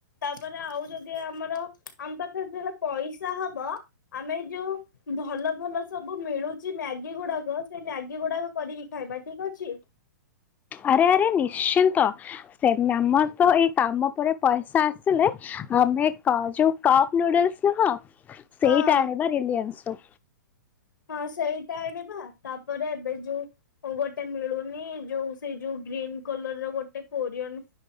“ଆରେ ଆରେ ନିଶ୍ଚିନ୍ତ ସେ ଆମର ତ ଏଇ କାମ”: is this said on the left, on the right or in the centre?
Left